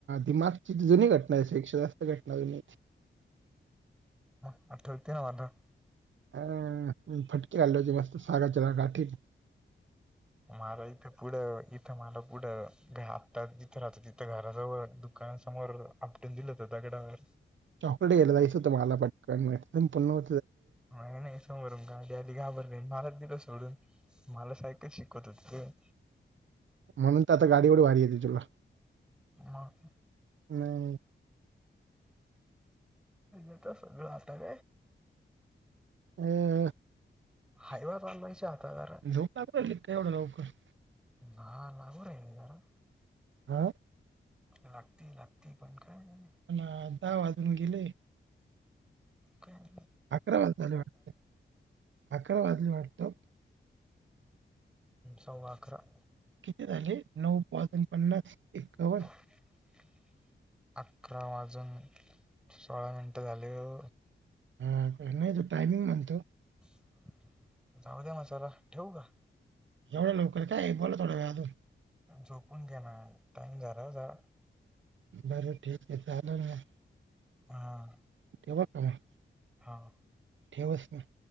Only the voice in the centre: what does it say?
ह आठवते ना मला
माार इथे पुढं इथं मला पुढं आत्ता तिथं तिथं घराजवळ दुकानासमोर आपटून दिलं हो त्यागडावर
का नाही समोरून गाडी आली घाबरली मला दिलं सोडून मला सायकल शिकवत होते ते
मग
यता सगळं आटण
हावाात न नाहीय आता कार
हाराहिल जरा
लागती लागती पटंकणं
कायं
सवां अकरा
<unintelligible> अकरा वाजूंन सोळां मिनटं झाली हो
जाऊं द्यां मगं चलां ठेवूं कां
झोपूंन घेनां टाईम झांला जा
हां
हां